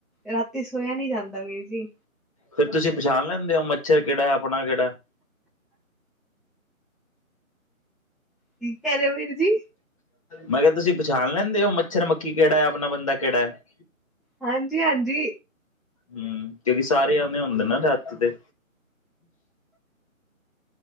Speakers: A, in the centre; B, on the left (about 25°).
A: ਰਾਤੀ ਸੋਇਆ ਨੀ ਜਾਂਦਾ ਵੀਰ ਜੀ।
B: ਫਿਰ ਤੁਸੀਂ ਪਛਾਣ ਲੈਂਦੇ ਹੋ ਮੱਛਰ ਕਿਹੜਾ ਆਪਣਾ ਕਿਹੜਾ।
A: ਕੀ ਕਹਿ ਰਹੇ ਹੋ ਵੀਰ ਜੀ?
B: ਮੈਂ ਕਿਹਾ ਤੁਸੀਂ ਪਛਾਣ ਲੈਂਦੇ ਹੋ ਮੱਛਰ ਮੱਖੀ ਕਿਹੜਾ ਹੈ ਆਪਣਾ ਬੰਦਾ ਕਿਹੜਾ ਹੈ?
A: ਹਾਂਜੀ ਹਾਂਜੀ।
B: ਹਮ ਕਿਉਂਕਿ ਸਾਰੇ ਆਵੇ ਹੁੰਦੇ ਨਾ ਰਾਤੀ ਤੇ।